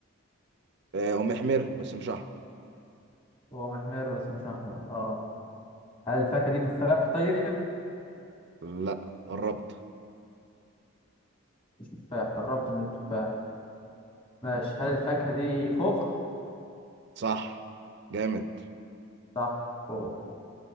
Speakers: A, on the right; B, on the left.
A: أه ومحمر بس مش احمر
B: هو محمر بس مش احمر اه هل الفاكهه دي تفاح طيب
A: لا قربت
B: مش تفاح قربت من التفاح ماشي هل الفاكهه دي خوخ
A: صح جامد
B: صح خوخ